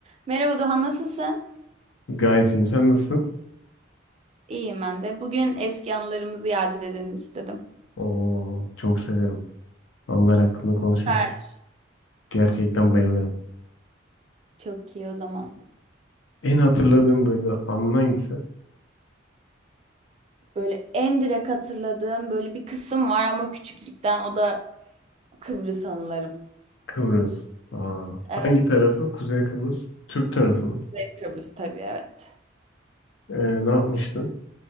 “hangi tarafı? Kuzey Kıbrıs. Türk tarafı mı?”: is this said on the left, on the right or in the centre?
Left